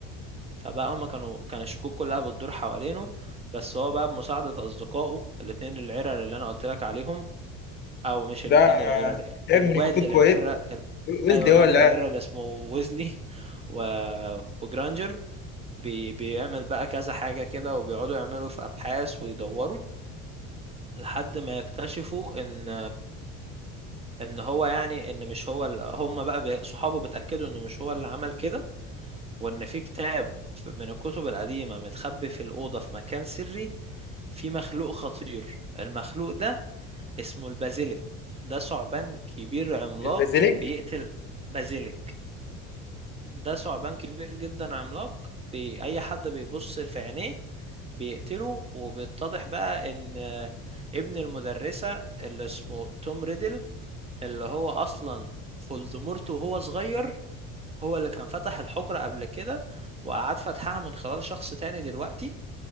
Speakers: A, on the right (about 20°); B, on the left (about 35°).
A: فبقى هما كانوا كان الشكوك كلها بتدور حوالينه بس هو بقى بمساعدة أصدقائه الاتنين العرق اللي أنا قلت لك عليهم او مش
B: ده
A: الاتنين
B: آه،
A: العيرة ال-
B: هيرموني
A: الواد
B: المفروض
A: العيرة
B: كويس
A: ال...
B: ويزلي
A: ايوه الواد
B: هو اللي
A: العيرة
B: عارف
A: اللي اسمه ويزلي و... وجرانجر بي... بيعمل بقى كذا حاجة كده وبيقعدوا يعملوا في ابحاث ويدوروا لحد ما يكتشفوا ان ان هو يعني ان مش هو ال... هم بقى بي... صحابه بيتأكدوا انه مش هو اللي عمل كده وان في كتاب من الكتب القديمة متخبي في الأوضة في مكان سري في مخلوق خطير المخلوق ده اسمه البازيليك ده ثعبان كبير عملاق
B: البازيليك
A: بيقتل بازيليك ده ثعبان كبير جدا عملاق بي... اي حد بيبص في عينيه بيقتله وبيتضح بقى ان ابن المدرسة اللي اسمه توم ريدل اللي هو اصلا فولدمورت وهو صغير هو اللي كان فتح الحجرة قبل كده وقعد فتحها من خلال شخص تاني دلوقتي